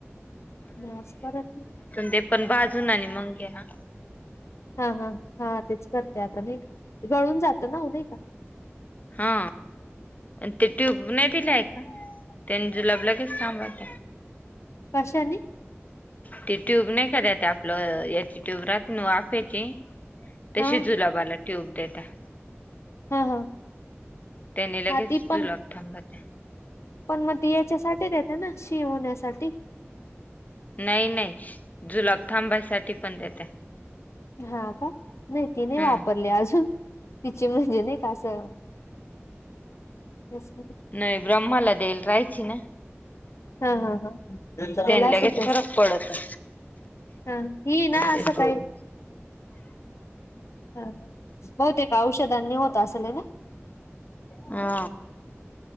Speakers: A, on the left; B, on the left.
A: आज परत
B: ते पण बाजून आणि मग घ्या.
A: हा हा हा तेच करते आता मी गळून जात नाही का
B: हा आणि ते ट्यूब नाही दिले आहे का, त्यांनी जुलाब लगेच थांब ते.
A: कशानी?
B: ती ट्यूब नाही का त्यात आपलं, याची ट्यूब राहते ना वाफेची. तशी
A: हा
B: जुलाबाला ट्यूब देता.
A: हा हा..
B: त्यानी लगेच
A: हा ती पण
B: जुलाब थांबते.
A: पण मग ती हेच्यासाठीच देता ना शी होण्यासाठी.
B: नाही नाही जुलाब थांबायसाठी पण देते.
A: हा का नाही तिने
B: हम्म
A: वापरली अजून तिची म्हणजे वहि नाही का असं <unintelligible>
B: नाही ब्रह्माला देईल राहायची ना.
A: हा हा हा.. केला
B: त्याने
A: असलं
B: लगेच फरक
A: असं
B: पडतो
A: ह.. हिना
B: ते
A: सकाळी.
B: ट्यूब.
A: ह बहुतेक औषधांनी होत असल ना?
B: हा